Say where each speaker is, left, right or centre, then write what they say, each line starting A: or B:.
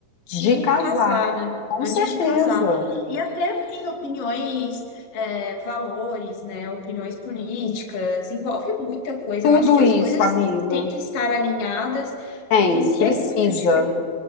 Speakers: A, on the left; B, on the left.
A: de
B: de
A: casar.
B: casar, né?
A: Com
B: Antes
A: certeza.
B: de casar. E até, assim, opiniões, é, valores, né? Opiniões políticas, envolve muita coisa.
A: Tudo
B: Eu acho que as
A: isso,
B: coisas
A: amiga.
B: têm que estar alinhadas,
A: Tem,
B: porque se
A: precisa.
B: é muito, dife-